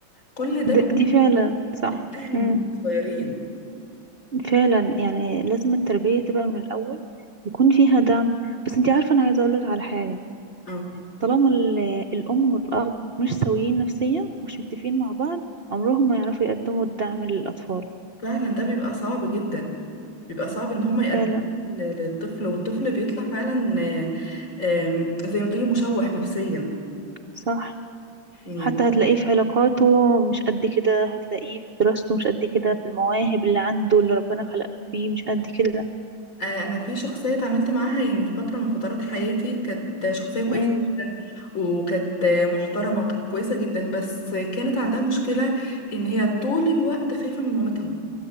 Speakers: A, on the left; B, on the right.
A: كل ده بيبقى
B: د- دي فعلا صح
A: الأهل
B: امم
A: من صغيرين
B: فعلا يعني لازم التربية تبقى من الأول يكون فيها دعم بس انتي عارفة أنا عايزة أقولك على حاجة
A: اه
B: طالما ال- الأم والأب مش سويين نفسيا مش متفقين مع بعض عمرهم ما يعرفوا يقدموا الدعم للأطفال
A: فعلا ده بيبقى صعب جدا بيبقى صعب ان هم يقدموه
B: فعلا
A: لل- للطفل والطفل بيطلع فعلا آه، آم، زي ما تقولي مشوه نفسيا
B: صح
A: يعني
B: حتى هتلاقيه في علاقاته مش قد كده هتلاقيه في دراسته مش قد كده في المواهب اللي عنده اللي ربنا خلقها فيه مش قد كده
A: آه، انا في شخصيه اتعاملت معاها يعني في فتره من فترات حياتي كانت شخصيه كويسه
B: امم
A: جدا وكانت آه، محترمه وكانت كويسه جدا بس كانت عندها مشكله ان هي طول الوقت خايفه من مامتها